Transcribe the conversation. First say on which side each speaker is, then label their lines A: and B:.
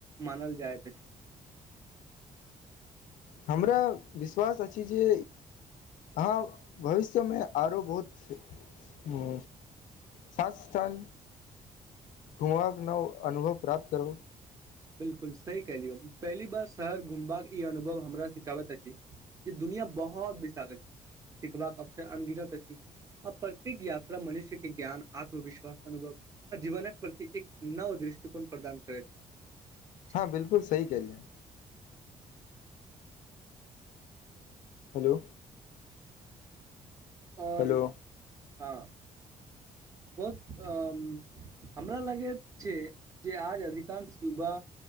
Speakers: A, on the right; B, on the left.
A: मानल जाइत अछि
B: हमरा विश्वास अछि जे अहाँ भविष्यमे आरो बहुत ह सा स्थान घुमाव न‌ओ अनुभव प्राप्त करबै
A: बिलकुल सही कहलियौ पहली बार शहर घुमबाक ई अनुभव हमरा सिखाबैत अछि जे दुनिया दुनिया बहुत विशाल अछि सिखबाक अवसर अनगिनत अछि आ प्रत्येक यात्रा मनुष्य के ज्ञान आत्मविश्वास अनुभव आ जीवनक प्रति एक नव दृष्टिकोण प्रदान करैत अछि
B: हँ बिलकुल सही कहलियए हेलो
A: और
B: हेलो
A: हां बहुत अ हमरा लागे छै जे आज अधिकांश युवा